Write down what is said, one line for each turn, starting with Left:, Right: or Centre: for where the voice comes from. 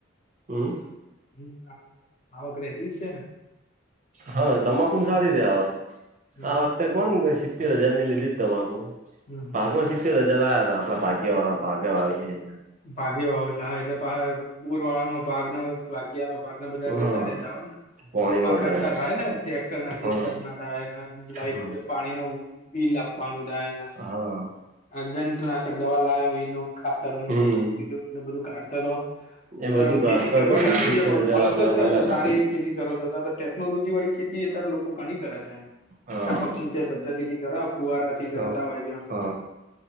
Right: હમ
Left: હ આ આવક રતી છે ને
Right: હા તમાકુ સારી ર આ
Left: હમ
Right: આ વખતે કોણ સિત્તેર હજાર ની લીધી જ તમાકુ
Left: હમ હમ
Right: ભાગમાં સિત્તેર હજાર આયા તા આપડા ભાગ ભાગ આવીલે
Left: ભાગી વાવ એટલે હા એટલે પુર વાળાનો ભાગ ન તો <inaudible> ભાગ ને બધા જતા
Right: હા
Left: રહેતા હોય ને
Right: પોણી નો
Left: ખર્ચા
Right: જાય
Left: થાય ને ટ્રેક્ટર ના થેશર
Right: હા
Left: ના થાય લાઈટ
Right: હમ
Left: પાણી નુ બિલ આપવાનું થાય એના
Right: હા
Left: અજંતુનાશક દવા લાવયા એ ખાતર ન
Right: હમ
Left: બધું બીધું ને બધું કાઢતા રહ
Right: એ
Left: તમ
Right: બધું
Left: ખેતી
Right: કાઢતા
Left: કરવી
Right: કોણ
Left: કાઢી
Right: સિત્તેર
Left: છે, પણ
Right: હજાર
Left: મલતળ
Right: આપડા
Left: જ છે,
Right: મળ્યા
Left: જો
Right: તા
Left: સારી એવી ખેતી તો ટેકનોલોજી વાળી ખેતી અત્યારે લોકો ઘણી કરે છે એમ
Right: હા
Left: યા પછી સિંચાઇ પદધતિથી કર ફુવારાથી કરતા
Right: હા
Left: હોય છે
Right: હ